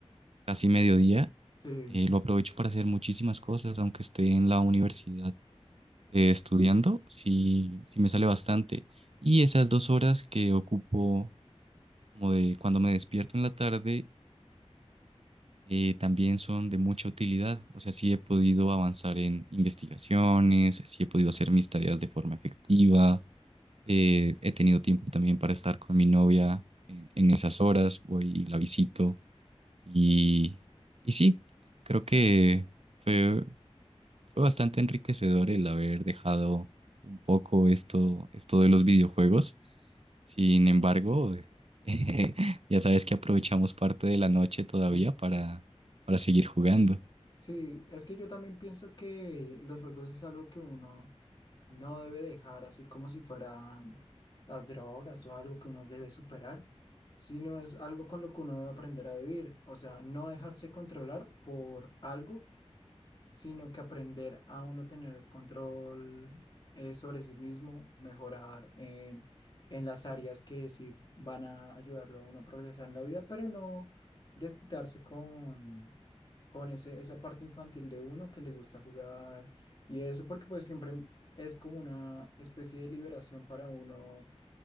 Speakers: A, on the right; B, on the left.
A: casi mediodía.
B: Sí,
A: Eh, lo aprovecho para hacer muchísimas cosas, aunque esté en la universidad eh, estudiando, sí, sí me sale bastante. Y esas dos horas que ocupo como de cuando me despierto en la tarde, eh, también son de mucha utilidad. O sea, sí he podido avanzar en investigaciones, sí he podido hacer mis tareas de forma efectiva, eh, he tenido tiempo también para estar con mi novia en, en esas horas, voy y la visito. Y, y sí, creo que fue... Fue bastante enriquecedor el haber dejado un poco esto, esto de los videojuegos. Sin embargo, <laughs> ya sabes que aprovechamos parte de la noche todavía
B: <laughs>
A: para, para seguir jugando.
B: sí, es que yo también pienso que los juegos es algo que uno no debe dejar así como si fueran las drogas o algo que uno debe superar, sino es algo con lo que uno debe aprender a vivir. O sea, no dejarse controlar por algo sino que aprender a uno tener control eh, sobre sí mismo, mejorar en, en las áreas que sí van a ayudarlo a uno a progresar en la vida, pero no desquitarse con, con ese, esa parte infantil de uno que le gusta jugar y eso, porque pues siempre es como una especie de liberación para uno,